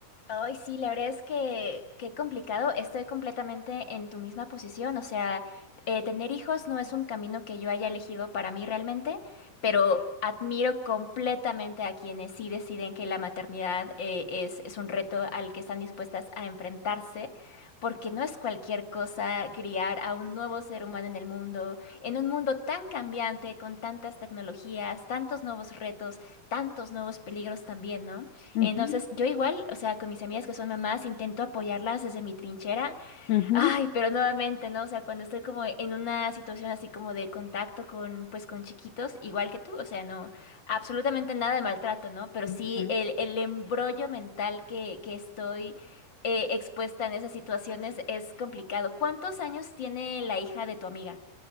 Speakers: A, on the left; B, on the left.
A: Ay, sí, la verdad es que qué complicado. Estoy completamente en tu misma posición. O sea, eh, tener hijos no es un camino que yo haya elegido para mí realmente, pero admiro completamente a quienes sí deciden que la maternidad eh, es, es un reto al que están dispuestas a enfrentarse, porque no es cualquier cosa criar a un nuevo ser humano en el mundo, en un mundo tan cambiante, con tantas tecnologías, tantos nuevos retos, tantos nuevos peligros también, ¿no?
B: Ujú,
A: Entonces, yo igual, o sea, con mis amigas que son mamás, intento apoyarlas desde mi trinchera.
B: ujú.
A: Ay, pero nuevamente, ¿no? O sea, cuando estoy como en una situación así como de contacto con, pues, con chiquitos, igual que tú, o sea, no, absolutamente nada de maltrato, ¿no? Pero sí
B: ujú.
A: el, el embrollo mental que, que estoy eh, expuesta en esas situaciones es complicado. ¿Cuántos años tiene la hija de tu amiga?